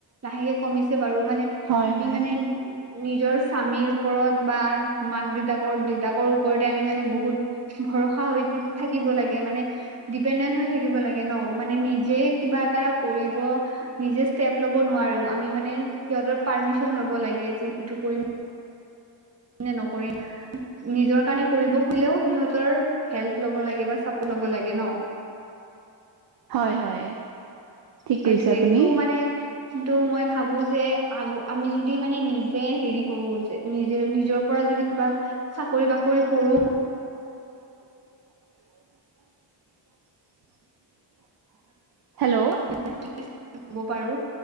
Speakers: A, on the right; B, on the right.
A: লাহেকে কমিছে বাৰু মানে
B: হয়
A: আমি
B: হয়
A: মানে নিজৰ স্বামীৰ ওপৰত বা মাক দেউতাকৰ দেউতাকৰ ওপৰতে আমি মানে বহুত ভৰসা হৈ থাকি থাকিব লাগে মানে দ্বীপেন্দেন হৈ থাকিব লাগে ন মানে নিজে এটা কৰিব নিজে ইষ্টেপ ল'ব নোৱাৰো আমি মানে সিহঁতৰ পাৰ্মিচন ল'ব লাগে যে ইটো কৰিম নে নকৰিম নিজৰ কাৰণে কৰিব খুলেও সিহঁতৰ হেল্প ল'ব লাগে বা চাপোৰ্ট ল'ব লাগে ন
B: হয় হয় ঠিক
A: সেইটোয়েটো
B: কৈছে আপুনি
A: মানে কিন্তু মই ভাবো যে আগ আমি যদি মানে নিজে হেৰি কৰো যে নিজে নিজৰ পৰা যদি কিবা চাকৰি বাকৰি কৰো
B: <unintelligible> হেল্ল'
A: <unintelligible> পাৰো